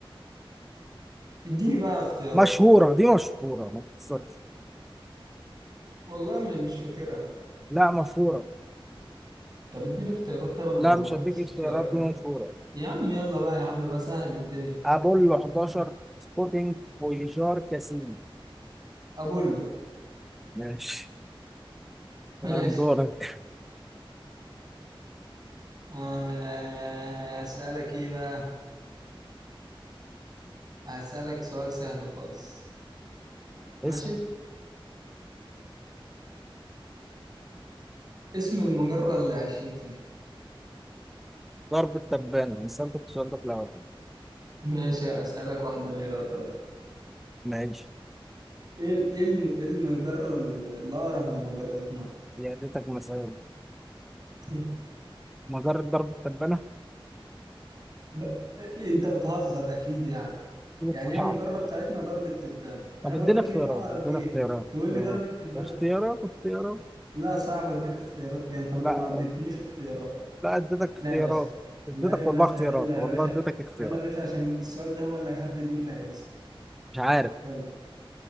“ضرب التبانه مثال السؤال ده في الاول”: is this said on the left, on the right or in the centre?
Centre